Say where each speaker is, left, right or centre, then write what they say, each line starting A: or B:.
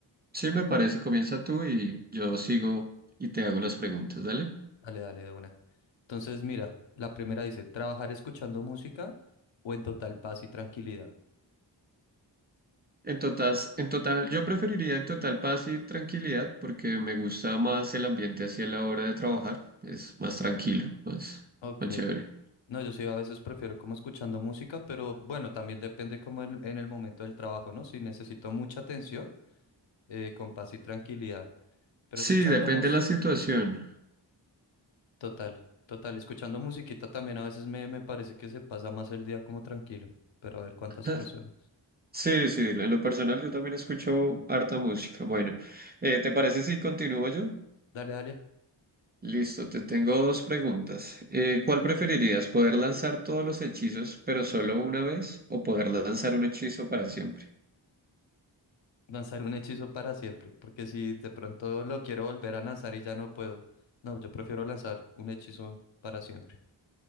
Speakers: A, on the right; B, on the left.
A: Sí, me parece, comienza tú y yo sigo y te hago las preguntas, dale.
B: Dale, dale, de una. Entonces mira, la primera dice, ¿trabajar escuchando música o en total paz y tranquilidad?
A: En total, en total, yo preferiría en total paz y tranquilidad porque me gusta más el ambiente hacia la hora de trabajar. Es más tranquilo, más,
B: Ok.
A: más chévere.
B: No, yo sí a veces prefiero como escuchando música, pero bueno, también depende como en, en el momento del trabajo, ¿no? Si necesito mucha atención, eh, con paz y tranquilidad. Pero
A: Sí,
B: escuchando
A: depende
B: música...
A: de la situación.
B: Total, total. Escuchando musiquita también a veces me, me parece que se pasa más el día como tranquilo, pero a ver cuántas
A: <laughs>
B: personas.
A: Sí, sí, en lo personal yo también escucho harta música. Bueno, eh, ¿te parece si continúo yo?
B: Dale, dale,
A: Listo, te tengo dos preguntas. Eh, ¿cuál preferirías? ¿Poder lanzar todos los hechizos, pero solo una vez? ¿O poder lanzar un hechizo para siempre?
B: lanzar un hechizo para siempre, porque si de pronto lo quiero volver a lanzar y ya no puedo, no, yo prefiero lanzar un hechizo para siempre.